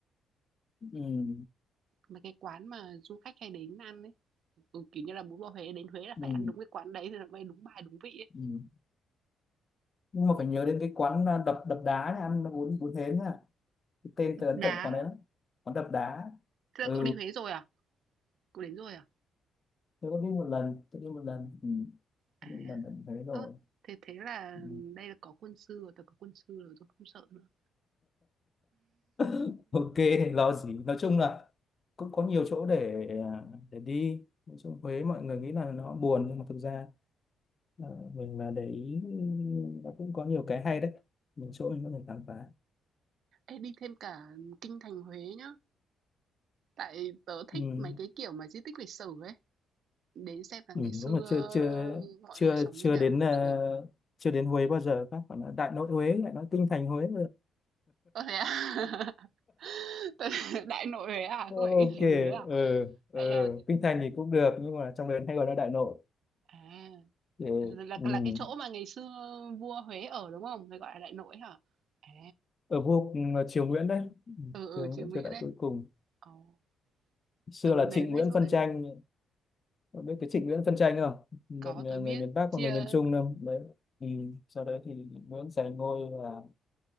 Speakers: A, on the left; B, on the right.
A: Ừ.
B: mà cái quán mà du khách hay đến ăn đấy, ừ, kiểu như là bún bò Huế đến Huế là phải
A: Ừ.
B: ăn đúng cái quán đấy thì nó mới đúng bài đúng vị ấy
A: Ừ. nhưng mà phải nhớ đến cái quán à, đập đập đá nha ăn bún bún hến à cái tên tớ ấn
B: đá
A: tượng quán đấy lắm quán đập đá
B: thế
A: ừ
B: là cậu đi Huế rồi à cậu đến rồi à
A: tôi có đi một lần tôi đi một lần ừ.
B: à
A: tôi biết một lần lần thấy rồi
B: ơ thế thế là
A: ừ.
B: đây là có quân sư rồi tớ có quân sư rồi tôi không sợ nữa
A: <laughs> ok lo gì nói chung là cũng có nhiều chỗ để à, để đi nói chung Huế mọi người nghĩ là nó buồn nhưng mà thực ra à, mình mà để ý nó cũng có nhiều cái hay đấy nhiều chỗ mình có thể khám phá
B: Ê, đi thêm cả kinh thành Huế nhá tại tớ thích
A: ừ.
B: mấy cái kiểu mà di tích lịch sử ấy Đến xem là
A: Ừ,
B: ngày xưa
A: đúng là chưa chưa
B: mọi
A: chưa
B: người sống
A: chưa
B: thế nào,
A: đến
B: làm
A: à,
B: gì.
A: chưa đến Huế bao giờ các bạn nói Đại Nội Huế lại nói kinh thành Huế
B: Ơ, thế à? <laughs> Đại Nội Huế à?
A: ok
B: Không phải cái gì Huế à?
A: ừ, ừ.
B: Ây da, thế
A: Kinh Thành thì cũng được nhưng mà trong đấy hay gọi là Đại Nội
B: à,
A: thì
B: là
A: ừ.
B: là cái chỗ mà ngày xưa vua Huế ở, đúng không? Người gọi là Đại Nội hả? À,
A: ở vua ờ, Triều Nguyễn đấy Ừ,
B: ừ, ừ,
A: Triều
B: triều
A: Nguyễn
B: Nguyễn
A: triều đại
B: đấy
A: cuối cùng
B: Ồ,
A: xưa
B: tớ muốn
A: là
B: đến
A: Trịnh
B: mấy
A: Nguyễn
B: chỗ
A: phân
B: đấy.
A: tranh Cậu biết cái Trịnh Nguyễn phân tranh không
B: Có,
A: một người
B: tôi biết.
A: miền Bắc
B: Chia
A: và người miền Trung đâu đấy ừ. sau đấy thì Nguyễn giành ngôi và